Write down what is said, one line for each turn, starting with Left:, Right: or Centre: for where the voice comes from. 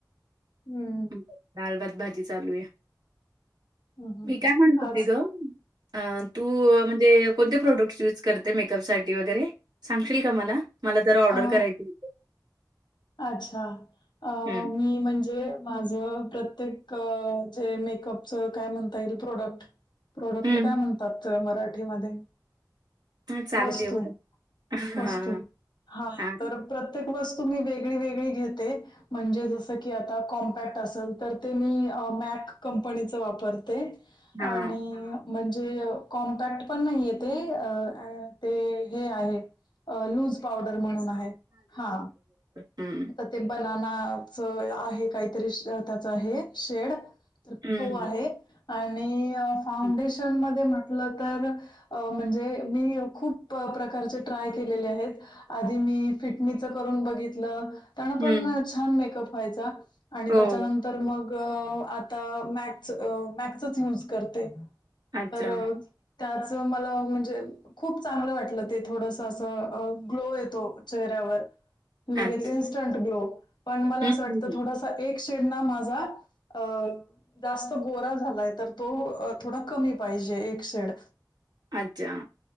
Left: हम्म
Right: लााल भात भाजी चालू आहे
Left: हम्म हम्म
Right: मी काय म्हणतो
Left: आज
Right: ति गं तू म्हणजे कोणते प्रोडक्ट्स यूज करते मेकअप सासाठी वगैरे सांगशील का मला मला जर ऑर्डर
Left: अ
Right: करायची
Left: अच्छा अ
Right: हं,
Left: मी म्हणजे माझ प्रत्येक जे मेकअपच काय म्हणता येईल प्रोडक्ट प्रोडक्टला
Right: हं.
Left: काय म्हणतात मराठीमध्ये
Right: हां, चालेल
Left: वस्तू
Right: एवढं.
Left: वस्तू
Right: हां,
Left: हा
Right: हां,
Left: तर प्रत्येक वस्तू मी वेगळी वेगळी घेते. म्हणजे जसं की आता कॉम्पॅक्ट असेल, तर ते मी मॅक कंपनीच वापरते.
Right: हां.
Left: आणि म्हणजे कॉम्पॅक्ट पण नाहीये तेे, ते हे आहे. लूज पावडर म्हणून आहे, हा.
Right: हा
Left: तर ते बनानाच आहे काहीतरी त्याच आहे शेड
Right: हं.
Left: तो आहे आणि फाउंडेशन
Right: हं,
Left: मध्ये म्हटलं तर अ म्हणजे मी खूप प्रकारचे ट्राय केलेले आहेत आधी मी फिटणीच करून बघितलं त्यानपण
Right: हं.
Left: छान मेकप व्हायचा, आणि
Right: हो.
Left: त्याच्यानंतर मग अ मॅक् मॅक्सच यूज करते,
Right: अच्छा,
Left: तर त्याच मला म्हणजे खूप चांगलं वाटलं ते, थोडस असं ग्लो येतो चेहऱ्यावर. लगेच
Right: अच्छा.
Left: इन्स्टंट ग्लो, पण मला
Right: हं,
Left: असं वाटत
Right: हं, हं.
Left: थोड एक शेड ना माझा, अ जास्त गोरा झालाय, तर तो थोडा कमी पाहिजे, एक शेड.
Right: अच्छा.